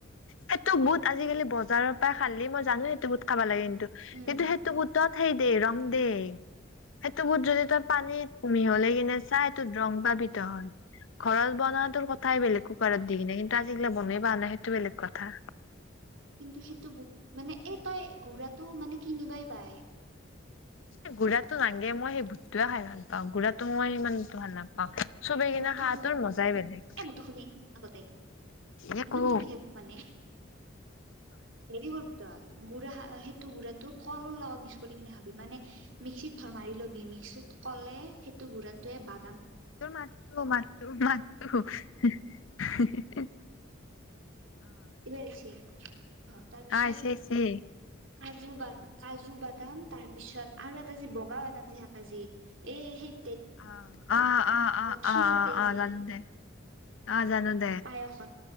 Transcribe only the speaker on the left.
সেইটো বুট আজিকালি- বজাৰৰ পৰাই খালি মই জানো সেইটো বুট খাবা লাগে কিন্তু
কিন্তু সেই সেইতো বুট হেৰি দে ৰং দে সেইটো বুট যদি তই পানীত মিহলাই কিনে চাই এইতো ৰং পাবিত হয়। ঘৰত বনাটোৰ কথাই বেলেগ কুকাৰত দি কিনে কিন্তু আজিকালি বনাই পোৱা নাই সেইটো বেলেগ কথা।
এ গুড়াতটো নাগে মই সেই বুটটোৱে খাই ভাল পাওঁ গুড়াতটো মই ইমান ভাল নাপাওঁ। চবেই কিনে
খাওঁতো
মজাই বেলেগ।
এ
কওঁ
তোৰ মাত'তো মাত'তো মাত'তো হে
অ হৈছে হৈছে।
অ অ অ অ
অ অ
অ
জানো দে অ জানো দে।